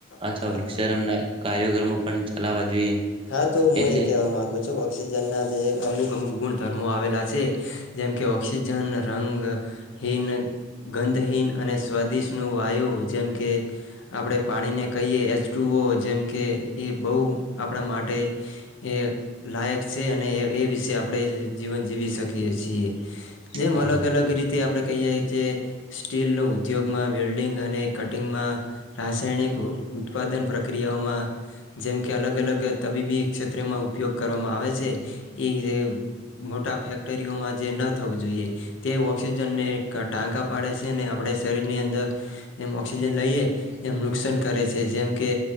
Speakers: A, on the left (about 70°); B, on the right (about 30°).
A: હા
B: અથવા વૃક્ષારોપના
A: હા
B: કાર્યક્રમો પણ ચલાવા જોઈએ
A: હા તો હું
B: એટલે
A: એ કેવા માંગુ છું ઓક્સિજનના જે અમુક અમુક ગુણધર્મો આવેલા છે જેમ કે ઓક્સિજન રંગહીન ગંધહીન અને સ્વાદિષનું વાયુ જેમ કે આપણે પાણી ને કહીએ એચ વતુઓ જેમ કે એ બહુ આપણા માટે એ લાયક છે અને એ એ વિશે આપણે જ જીવન જીવી શકીએ છીએ જેમ
B: હા
A: અલગ
B: હા
A: અલગ રીતે આપ આપણે કહીએ છીએ સ્ટીલનો ઉદ્યોગમાં વેલ્ડિંગ અને કટિંગમાં રાસાયણિક ઉત્પાદન પ્રક્રિયાઓમાં જેમ કે અલગ અલગ અલગ તબીબી ક્ષેત્રમાં ઉપયોગ કરવામાં આવે છે એ મોટા ફેક્ટરીઓમાં જે ન થવું જોઈએ તે ઓઑક્સિજનને ટાંકા પાડે છે અનેને આપણે શરીરની અંદર જેમ ઓક્સિજન લઈએ એમ નુકસાન કરે છે જેમ કે